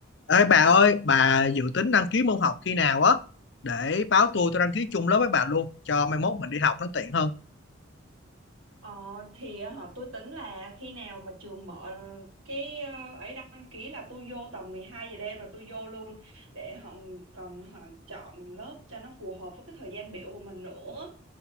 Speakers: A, on the left (about 55°); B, on the right (about 85°).
A: Ê bà ơi, bà dự tính đăng ký môn học khi nào á? Để báo tôi tôi đăng ký chung lớp với bà luôn, cho mai mốt mình đi học nó tiện hơn.
B: Ờ, thì ờ, tôi tính là khi nào mà trường mở ờ, cái ờ, ấy đăng ký là tôi vô tầm 12 giờ đêm là tôi vô luôn để họ còn họ chọn lớp cho nó phù hợp với cái thời gian biểu của mình nữa.